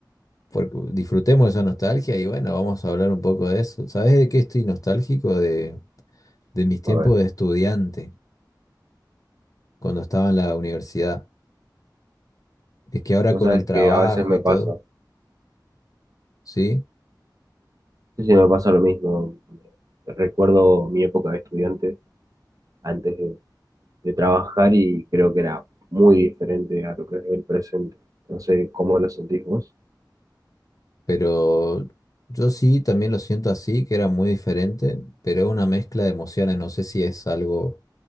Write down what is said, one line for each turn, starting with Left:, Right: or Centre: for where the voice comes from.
Left: porque disfrutemos esa nostalgia y bueno, vamos a hablar un poco de eso. ¿Sabes de qué estoy nostálgico? De, de mis tiempos
Right: A ver,
Left: de estudiante, cuando estaba en la universidad. Es que ahora
Right: vos
Left: con
Right: sabés
Left: el trabajo
Right: que a veces me
Left: y
Right: pasa,
Left: todo, ¿sí?
Right: sí, sí, me pasa lo mismo. Recuerdo mi época de estudiante antes de, de trabajar y creo que era muy diferente a lo que es el presente. No sé cómo lo sentís vos.
Left: Pero yo sí también lo siento así, que era muy diferente, pero es una mezcla de emociones. No sé si es algo,